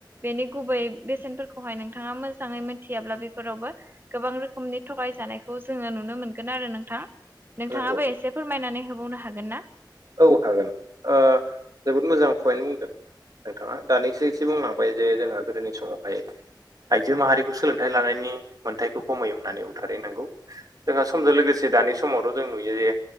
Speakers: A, on the right (about 30°); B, on the right (about 50°).
A: बेनि गुबै बेसेनफोरखौहाय नोंथाङा मोजाङै मोनथियाब्ला बेफोरावबो गोबां रोखोमनि थगाय जानायखौ जोङो नुनो मोनगोन आरो नोंथां नोंथाङाबो
B: नंगौ
A: एसे फोरमायनानै होबावनो हागोन ना?
B: औ हागोन ओ जोबोद मोजां पइन्ट बुंदों नोंथाङा। दानिसो एसे बुंलांबाय जे जोंहा गोदोनि समावहाय आइजो माहारिखौ सोलोंथाइ लानायनि मोन्थायखौ खमै होननानै <unintelligible> जोंहा समजों लोगोसे दानि समावथ' जों नुयो जे